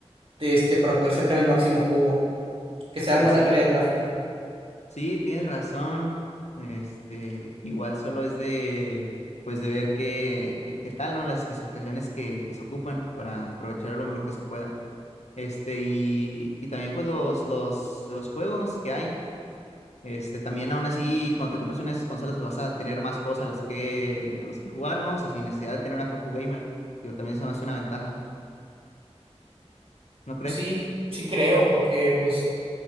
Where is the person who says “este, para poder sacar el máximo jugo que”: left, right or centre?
Right